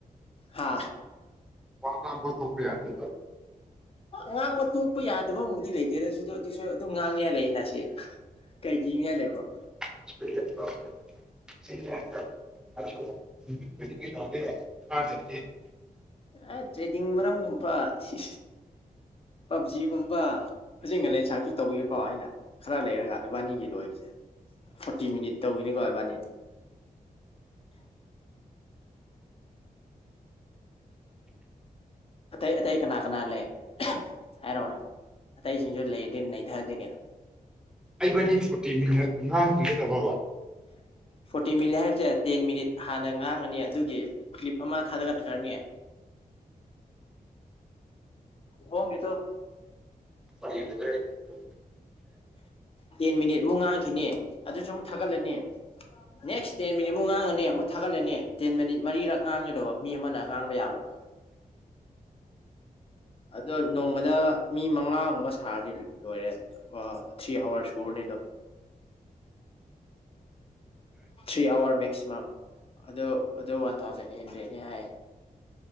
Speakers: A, on the left (about 40°); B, in the centre.
A: ꯍꯥꯥ
B: ꯄꯕꯨ ꯊꯣꯄꯤ ꯌꯥꯗꯦ
A: ꯉꯥꯡꯕ ꯇꯣꯛꯄ ꯌꯥꯗꯕꯕꯨꯗꯤ ꯂꯩꯇꯦ ꯑꯗꯨꯗ ꯑꯗꯨꯁꯨ ꯑꯗꯨꯝ ꯉꯥꯡꯅꯤꯍ ꯂꯩꯅ ꯁꯤ ꯀꯩ ꯀꯤꯅꯤ ꯂꯩꯕ꯭ꯔꯣ
B: <unintelligible> <unintelligible>
A: ꯑꯦ ꯇ꯭ꯔꯦꯗꯤꯡ ꯃꯔꯝꯒꯨꯝꯕ ꯁꯤ ꯄꯞꯖꯤꯒꯨꯝꯕ ꯐꯖꯤꯛ ꯉꯂꯦꯟꯁꯥꯡꯁꯨ ꯇꯧꯒꯤꯅꯤꯀꯣ ꯑꯩꯅ ꯈꯔ ꯂꯩꯔꯒ ꯏꯕꯥꯅꯤꯒꯤ ꯂꯣꯏꯒꯤꯁꯦ ꯐꯣꯔꯇꯤ ꯃꯤꯅꯤꯠ ꯇꯧꯈꯤꯅꯤꯀꯣ ꯏꯕꯥꯅꯤ ꯑꯇꯩ ꯑꯇꯩ ꯀꯅꯥ ꯀꯅꯥ ꯂꯩ ꯍꯥꯏꯔꯛꯑꯣꯅꯦ ꯑꯇꯩꯁꯤꯡꯁꯨ ꯂꯩꯔꯤꯗꯤ ꯅꯩꯊꯛꯑꯁꯦ ꯀꯩꯅꯣ
B: ꯑꯩꯕꯅꯤ ꯐꯣꯔꯇꯤ ꯃꯤꯅꯠ ꯉꯥꯡꯈꯤꯒꯗꯕꯕ
A: ꯐꯣꯔꯇꯤ ꯃꯤꯅꯤꯠ ꯍꯥꯏꯕꯁꯦ ꯇꯦꯟ ꯃꯤꯅꯤꯠ ꯍꯥꯟꯅ ꯉꯥꯡꯉꯅꯤ ꯑꯗꯨꯒꯤ ꯀ꯭ꯂꯤꯞ ꯑꯃ ꯊꯥꯗꯒ ꯈꯔꯅꯤ ꯍꯣꯡ ꯅꯇꯣ
B: ꯄꯦ
A: ꯇꯦꯟ ꯃꯤꯅꯤꯠ ꯑꯃꯨꯛ ꯉꯥꯡꯈꯤꯅꯤ ꯑꯗꯨꯁꯨ ꯑꯃꯨꯛ ꯊꯥꯒꯠꯂꯅꯤ ꯅꯦꯛꯁ ꯗꯦꯟ ꯃꯤꯅꯤꯠꯃꯨꯛ ꯉꯥꯡꯉꯅꯤ ꯑꯃꯨꯛ ꯊꯥꯒꯠꯂꯅꯤ ꯇꯦꯟ ꯃꯤꯅꯤꯠ ꯃꯔꯤꯔꯛ ꯉꯥꯡꯒꯗꯧꯕ ꯃꯤ ꯑꯃꯅ ꯉꯥꯡꯕ ꯌꯥꯕ ꯑꯗꯣ ꯅꯣꯡꯃꯗ ꯃꯤ ꯃꯉꯥꯒꯨꯝꯕ ꯁꯥꯔꯗꯤ ꯂꯣꯏꯔꯦ ꯑ ꯊ꯭ꯔꯤ ꯑꯋꯥꯔꯁ ꯎꯔꯅꯤꯗ ꯊ꯭ꯔꯤ ꯑꯋꯥꯔ ꯃꯦꯛꯁꯤꯃꯝ ꯑꯗꯣ ꯑꯗꯣ ꯋꯥꯟ ꯊꯥꯎꯖꯟ ꯑꯩꯠ ꯍꯟꯗ꯭ꯔꯦꯗꯅꯦ ꯍꯥꯏꯌꯦ